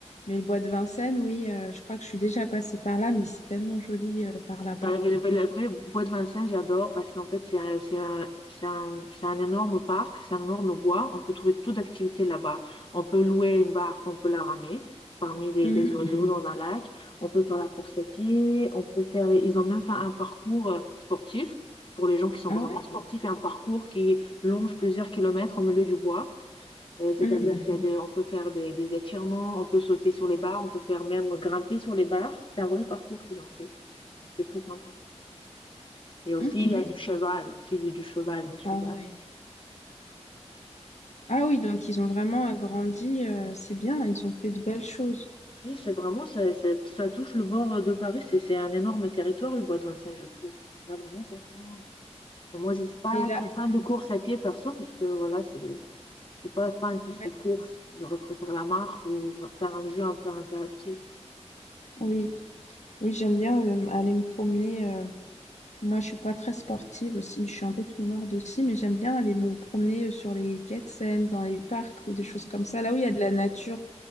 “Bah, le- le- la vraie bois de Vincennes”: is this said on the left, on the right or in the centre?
Left